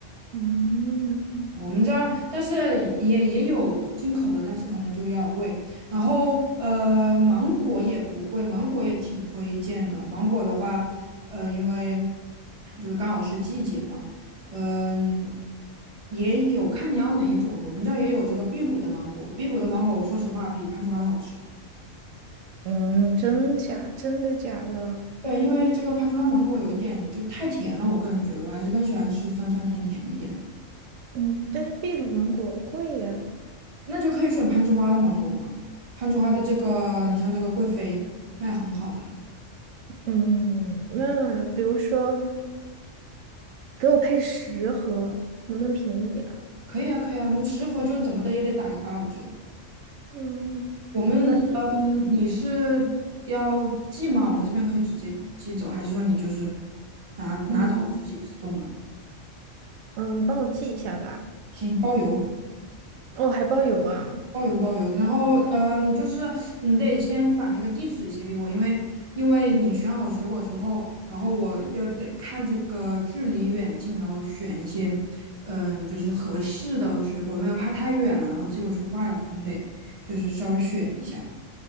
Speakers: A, on the right; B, on the right.
A: 嗯
B: 我们这儿，但是也也有进口的，但是可能就有点儿贵。然后呃，芒果也不贵，芒果也挺推荐的。芒果的话，呃，因为就是刚好是季节嘛，嗯、也有看你要哪一种。我们这儿也有这个秘鲁的芒果，秘鲁的芒果，我说实话比攀枝花的好吃。
A: 嗯，真假？真的假的？
B: 对，因为这个攀枝花芒果有一点就太甜了，我个人觉得我还是更喜欢吃酸酸甜甜一点的。
A: 嗯，但是秘鲁芒果贵呀。
B: 那就可以选攀枝花的芒果嘛，攀枝花的这个，你像这个贵妃卖很好了，
A: 嗯，那比如说给我配十盒，能不能便宜点啊？
B: 可以啊，可以啊，那十盒就怎么的也得打个八五折。
A: 嗯，
B: 我们呃，
A: 那就
B: 你是要寄吗？我们这边可以直接寄走，还是说你就是拿拿走自己送啊？
A: 嗯嗯，帮我寄一下吧。
B: 行，包邮。
A: 哦，还包邮啊。
B: 包邮包邮，然后嗯，就是你得先把那个地址写给我，因为因为你选好水果之后，然后我要得看这个距离远近，然后选一些嗯就是合适的水果，因为怕太远了，然后寄过去坏了，可能得就是稍微选一下。